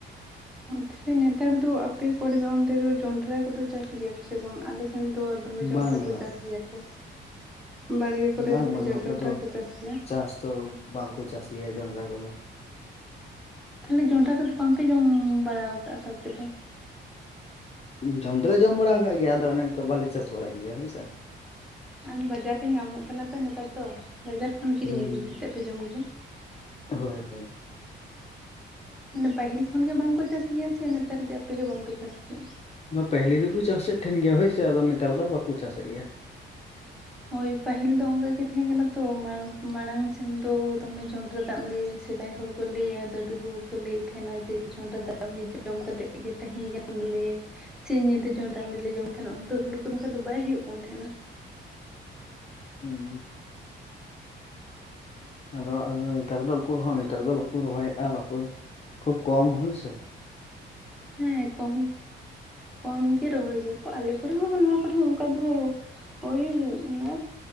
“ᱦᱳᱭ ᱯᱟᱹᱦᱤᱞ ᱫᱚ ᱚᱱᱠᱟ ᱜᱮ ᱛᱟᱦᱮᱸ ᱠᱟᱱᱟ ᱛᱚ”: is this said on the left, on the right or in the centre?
Centre